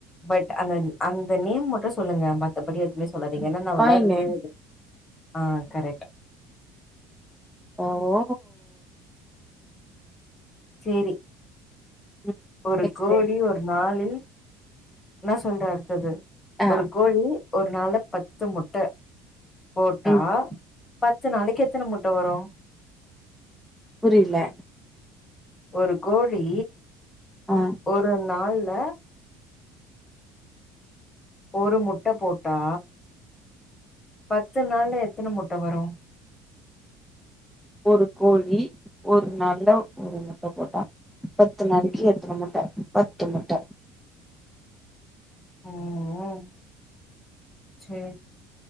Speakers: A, on the left; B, in the centre.
A: பட் அந்த அந்த நேம் மட்டும் சொல்லுங்க மத்தபடி எத்மே சொல்லாதீங்க என்னென்னா நா
B: காயினு
A: வெளாட்றது ஆஹ் கரெட்
B: ஓ ஓ
A: சேரி
B: ம்
A: ஒரு
B: நெக்ஸ்ட்
A: கோழி
B: டே
A: ஒரு நாளில் என்னா சொல்றே அடுத்தது
B: ஆ
A: ஒரு கோழி ஒரு நாள்ல பத்து முட்டை போட்டா
B: ம்
A: பத்து நாளைக்கு எத்தனை முட்டை வரும்
B: புரில
A: ஒரு கோழி
B: ஆ
A: ஒரு நாள் ல்ல ஒரு முட்ட போட்டா பத்து நாள்ல எத்தன முட்ட வரும்
B: ஒரு கோழி ஒரு நாள்ல ஒரு முட்ட போட்டா பத்து நாளைக்கு எ முட்ட பத்து முட்ட
A: உஹ் செரி